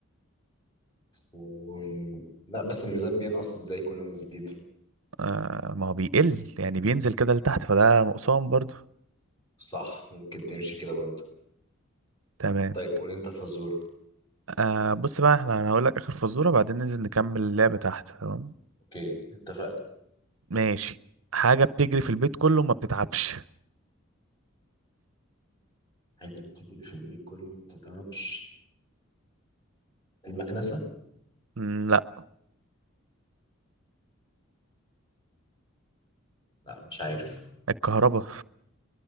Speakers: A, on the left; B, on the right.
A: و... لا بس الميزان بينقص ازاي كل ما يزيد
B: آه ما هو بيقل يعني بينزل كده لتحت فده نقصان برضه
A: صح ممكن تمشي كده برضه
B: تمام
A: طيب قول انت فزورة
B: آه بص بقى احنا انا هقول لك اخر فزوره بعدين ننزل نكمل اللعبه تحت تمام
A: اوكي اتفقنا
B: ماشي حاجه بتجري في البيت كله ما بتتعبش
A: حاجة بتجري في البيت كل ما بتتعبش المكنسة
B: مم، لا
A: لا مش عارف
B: الكهرباء